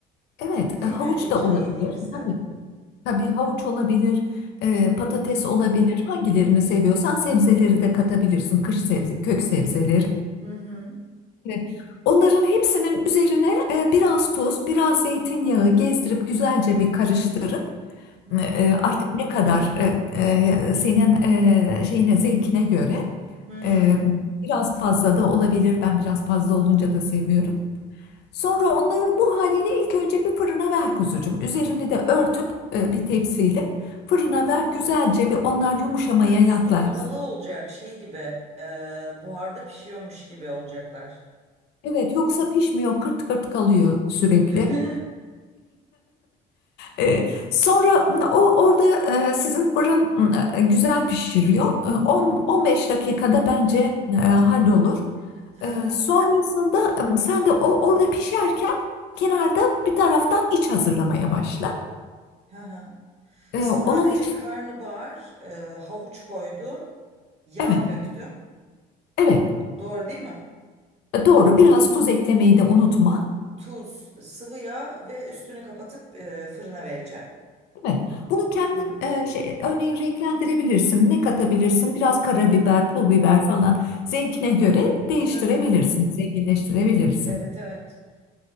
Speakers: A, on the left; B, on the right.
A: Evet,
B: Değil
A: e, havuç
B: mi? Geçen
A: da olabilir.
B: yediğimizde.
A: Tabii, tabii havuç olabilir, e, patates
B: Hı hı.
A: olabilir. Hangilerini seviyorsan sebzeleri de katabilirsin. Kış sebze, kök sebzeleri.
B: Hı hı.
A: E, Onların hepsinin üzerine e, biraz tuz, biraz zeytinyağı gezdirip güzelce bir karıştırıp
B: Hı hı.
A: E, Artık ne kadar e, e, senin e, şeyine zevkine göre
B: Hı hı.
A: e, biraz fazla da olabilir. Ben biraz fazla olunca da seviyorum. Sonra onları bu haliyle ilk önce bir fırına ver kuzucuğum. Üzerini de örtüp e, bir tepsiyle fırına ver güzelce bir onlar yumuşamaya
B: Ha, üstü
A: yaklaşsın.
B: kapalı olacak şey gibi. e, buharda pişiyormuş gibi olacaklar.
A: Evet, yoksa pişmiyor, kırt kırt kalıyor sürekli.
B: <laughs> Hı
A: E, sonra o orada e, sizin fırın e, güzel pişiriyor. E, 10-15 dakikada bence e, hallolur.
B: hı.
A: E, sonrasında e, sen de o orada pişerken kenarda bir taraftan iç hazırlamaya başla.
B: Hı hı.
A: E,
B: Sadece
A: onun için
B: karnabahar, e, havuç koydum. Yağ
A: evet
B: döktüm.
A: evet
B: Doğru değil mi?
A: E, doğru biraz tuz eklemeyi de unutma.
B: Tuz, sıvı yağ ve üstünü kapatıp e, fırına vereceğim.
A: Evet. Bunu kendin
B: Tamam.
A: e, şey, örneğin renklendirebilirsin. Ne katabilirsin? Biraz karabiber, pul biber falan zevkine göre değiştirebilirsin,
B: Hı hı.
A: zenginleştirebilirsin.
B: Evet evet.